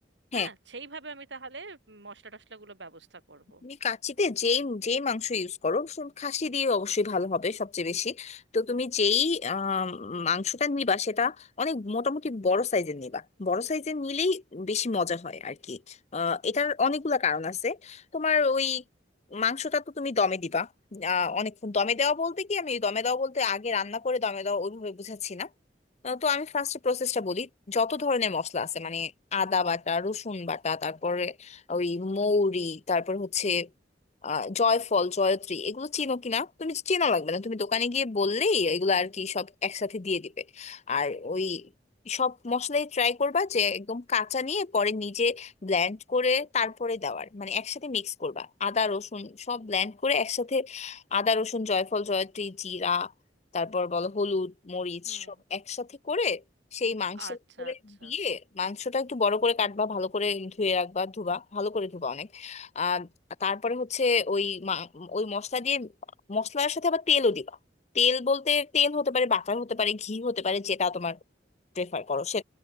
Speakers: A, on the left; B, on the right.
A: হ্যাঁ
B: হ্যাঁ সেইভাবে আমি তাহলে মশলা টশলাগুলো ব্যবস্থা করব
A: তুমি কাচ্চিতে যেই যেই মাংস ইউজ করো শুন- খাসি দিয়ে অবশ্যই ভালো হবে সবচেয়ে বেশি তো তুমি যেই আম, মাংসটা নিবা সেটা অনেক মোটামুটি বড় সাইজের নিবা বড় সাইজের নিলেই বেশি মজা হয় আর কি আহ, এটার অনেকগুলা কারণ আছে তোমার ওই মাংসটা তো তুমি দমে দিবা আহ, অনেকক্ষণ দমে দেওয়া বলতে কি আমি দমে দেওয়া বলতে আগে রান্না করে দমে দেওয়া ওইভাবে বুঝাচ্ছি না আহ, তো আমি ফার্স্ট প্রসেসটা বলি যত ধরনের মশলা আছে মানে আদা বাটা রসুন বাটা তারপরে ওই মৌরি তারপর হচ্ছে আহ, জয়ফল জয়ত্রী এগুলো চিনো কিনা তুমি চেনা লাগবে না তুমি দোকানে গিয়ে বললেই এগুলো আর কি সব একসাথে দিয়ে দিবে আর ওই সব মশলাই ট্রাই করবা যে একদম কাঁচা নিয়ে পরে নিজে ব্লেন্ড করে তারপরে দেওয়ার মানে একসাথে মিক্স করবা আদা রসুন সব ব্লেন্ড করে একসাথে আদা রসুন জয়ফল জয়ত্রী জিরা তারপর বলো হলুদ মরিচ
B: হুম
A: সব একসাথে করে সেই মাংসের
B: আচ্ছা
A: করে
B: আচ্ছা
A: দিয়ে মাংসটা একটু বড় করে কাটবা ভালো করে ধুয়ে রাখবা ধুবা ভালো করে ধুবা অনেক আর তারপরে হচ্ছে ওই মা- ওই মশলা দিয়ে মশলার সাথে আবার তেলও দিবা তেল বলতে তেল হতে পারে বাটার হতে পারে ঘি হতে পারে যেটা তোমার প্রেফার করো সে